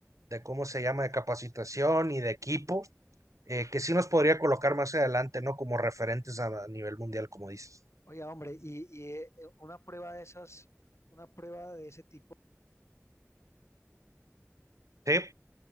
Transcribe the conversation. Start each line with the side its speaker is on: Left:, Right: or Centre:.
Right: de ¿cómo se llama?, de capacitación y de equipo, eh, que sí nos podría colocar más adelante, ¿no? Como referentes a, a nivel mundial, como dices.
Left: Oiga, hombre, y, y, eh, una prueba de esas, una prueba de ese tipo,
Right: Sí,